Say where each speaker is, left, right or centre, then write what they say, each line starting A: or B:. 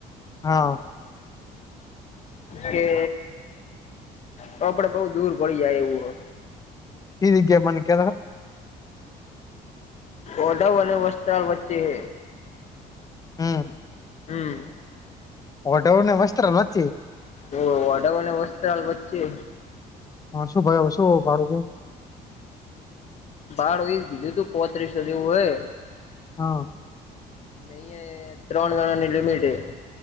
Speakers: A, on the left (about 20°); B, on the left (about 40°).
A: હા
B: કે તો આપડે બઉુ દૂર પડી જાય એવું હો
A: કી જગ્યાએ મને કહેતા હતા
B: ઓડવ અને વસ્ત્રાલ વચ્ચે હ
A: હમ
B: હમ
A: ઓઢવ ને વસ્ત્રાલ વ
B: ઓ ઓડવ અને વસ્ત્રાલ વચ્ચે
A: હા શું ભાઈ હવે શું ભાડું
B: ભાડુ ઈજ બીજું તું પોત્રીસો જેવું હે
A: હા
B: અહીયા યે ત્રણ જણાની લિમિટ હે